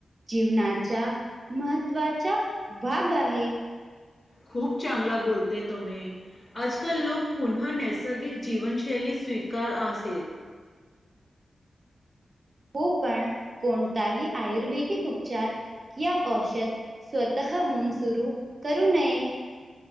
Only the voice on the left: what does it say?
खूप चांगला बोलते तुम्ही! आजकल लोक पुन्हा नैसर्गिक जीवनशैली स्वीकार आहेत.